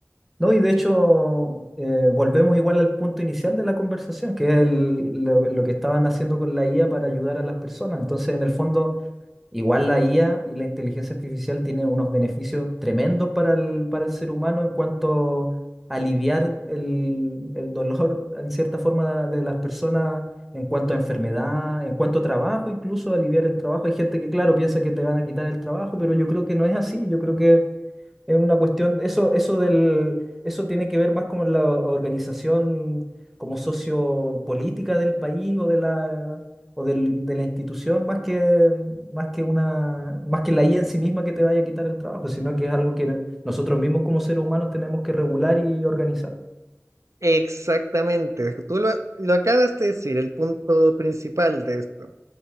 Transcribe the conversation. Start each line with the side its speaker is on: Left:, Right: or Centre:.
Centre: No, y de hecho, eh, volvemos igual al punto inicial de la conversación, que es el- lo, lo que estaban haciendo con la IA para ayudar a las personas. Entonces, en el fondo, Igual la IA y la inteligencia artificial tienen unos beneficios tremendos para el, para el ser humano en cuanto a aliviar el, el dolor, en cierta forma, de las personas, en cuanto a enfermedad, en cuanto a trabajo, incluso aliviar el trabajo. Hay gente que, claro, piensa que te van a quitar el trabajo, pero yo creo que no es así. Yo creo que es una cuestión, eso, eso del, eso tiene que ver más con la organización como sociopolítica del país o de la, o del- de la institución, más que, más que una, más que la IA en sí misma que te vaya a quitar el trabajo, sino que es algo que nosotros mismos como seres humanos tenemos que regular y organizar.
Right: Exactamente, tú lo, lo acabas de decir, el punto principal de esto.